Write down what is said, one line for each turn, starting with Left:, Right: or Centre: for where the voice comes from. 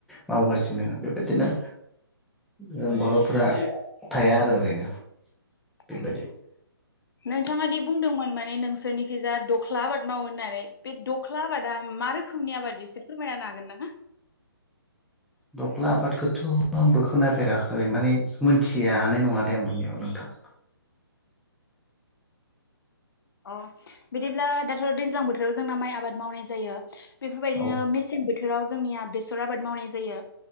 Centre: मावगासिनो बेबायदिनो जों बर'फोरा थाया आरो ओरैनो। बेबायदि
Left: ओम नोंथाङा दि बुंदोंमोन माने नों सोरनिखैजा दख्ला आबाद मावो होननानै बे दख्ला आबादा मा रोखोमनि आबाद एसे फोरमायना होनो हागोन ना?
Centre: दख्ला आबादखौथ' आंबो खोनाफेराखै माने मोनथिया हानाय नङा दे आं बुंनो नोंथां।
Left: अ बिदिब्ला दाथ' दैज्लां बोथोराव जोंना माइ आबाद मावनाय जायो बेफोरबायदिनो
Centre: औ
Left: मेसें बोथो बोथोराव जोंनिया बेसर आबाद मावनाय जायो